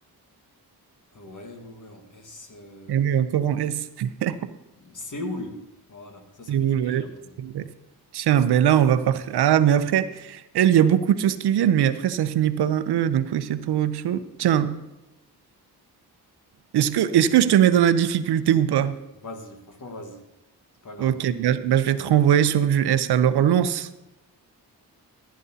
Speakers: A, on the left; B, on the right.
A: Ouais, ouais, ouais, en S. euh,
B: Eh oui, encore en S. <laughs>
A: Séoul. Voilà, ça, ça
B: C'est
A: fait
B: ouais,
A: du L un peu.
B: c'est vrai. Tiens, ben là, on va par... Ah, mais après, elle, il y a beaucoup de choses qui viennent, mais après, ça finit par un E, donc oui, c'est pour autre chose. Tiens, est-ce que, est-ce que je te mets dans la difficulté ou pas?
A: Vas-y, franchement, vas-y. C'est pas grave.
B: Ok, bah, bah, je vais te renvoyer sur du S. Alors, lance.